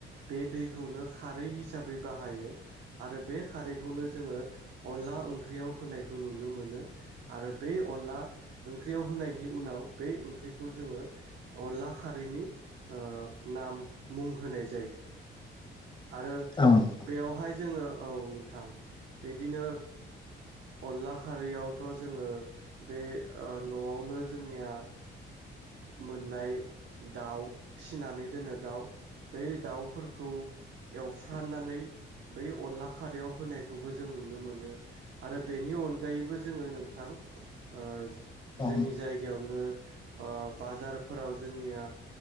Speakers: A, on the right; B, on the left.
A: बे दैखौनो खारै हिसाबै बाहायो आरो बे खारैखौनो जोंङो अनला ओंख्रियाव होनायखौ नुनो मोनो। आरो बे अनला ओंख्रियाव होनायनि उनाव बे ओंख्रिखौ जोंङो अनला खारैनि ओ नाम मुं होनाय जायो। आरो
B: औ नोंथां
A: बेयावहाय जोंङो औ नोंथां बिदिनो अनला खारैयावथ' जोंङो बे ओ नआवनो जोंनिया मोननाय दाउ फिसिनानै दोनो दाउ बे दाउफोरखौ एवफ्राननानै बै अनला खारयाव होनायखौबो जों नुनो मोनो आरो बेनि अनगायैबो जोंङो नोंथां ओ
B: औ
A: जोंनि जायगायावनो बाजारफोराव जोंनिया